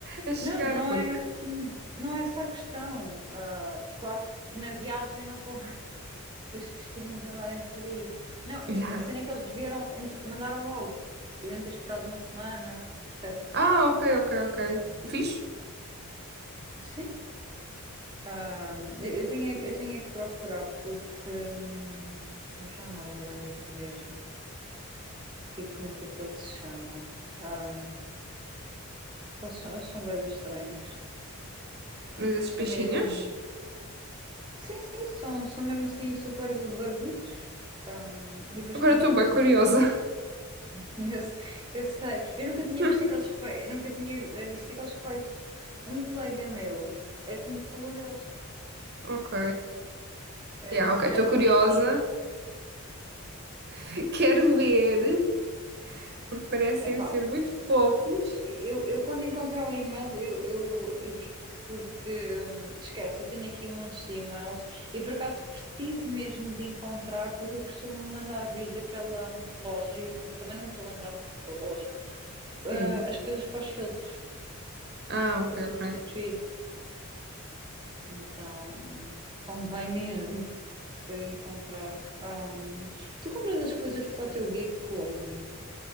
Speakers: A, on the right; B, on the right.
A: a chegar,
B: Não, não
A: porque
B: é, hum, não é essa a questão. Ah, claro que na viagem não convém <laughs> os peixinhos andarem por aí. Não, é-
A: Ya.
B: a cena é que eles vieram, ent- mandaram logo. Podiam ter esperado uma semana, percebes?
A: Ah, ok, ok,
B: Não-
A: ok. Fixe.
B: Sim, Ah, eu tenho, é- eu tenho é que procurar porque hum, eu já não me lembro mesmo o que, como é que aquele se chama. Ah, eles são, eles são bué de estranhos.
A: Mas esses
B: São
A: peixinhos?
B: mesmo. Sim, sim, são, são mesmo assim super barbudos. Ah, e depois
A: Agora
B: tem,
A: estou bem
B: tem
A: curiosa.
B: su- <laughs> eu, se- eu sei, eu nunca tinha
A: <laughs>
B: visto aqueles peixes, nunca tinha eh, visto aqueles peixes. Um colega meu é que me falou deles.
A: Ok.
B: Eh,
A: yeah
B: disse
A: ok,
B: que
A: estou
B: já tinha
A: curiosa.
B: tido.
A: <laughs> Quero ver, porque parecem
B: Epá,
A: ser muito fofos.
B: Eu, eu quando encontrar o e-mail, eu, eu, eu digo-te, porque hum, esquece, eu tenho aqui montes de e-mails e por acaso preciso mesmo de encontrar, porque eu costumo mandar vir daquela loja, e não- também não me estou a lembrar do nome da loja, ah,
A: Hum.
B: as coisas para os filtros,
A: Ah, ok,
B: para substituir.
A: ok.
B: Então, convém mesmo eu encontrar. Ah, tu compras as coisas para o teu geek onde?